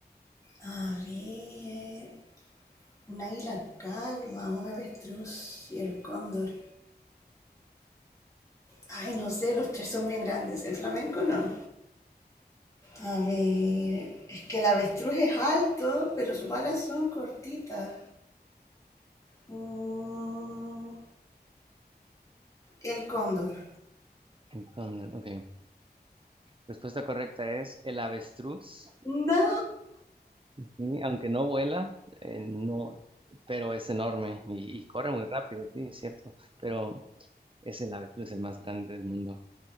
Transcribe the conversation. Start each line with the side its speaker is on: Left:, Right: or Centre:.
Left: A ver. Un águila calva, un avestruz y el cóndor. Ay, no sé, los tres son bien grandes. El flamenco no. A ver. Es que el avestruz es alto, pero sus alas son cortitas. Mm, el cóndor.
Right: Ujú, cóndor, ok. Respuesta correcta es el avestruz,
Left: No,
Right: sí, aunque no vuela, eh, no, pero es enorme y, y corre muy rápido, sí, es cierto, pero es el avestruz el más grande del mundo.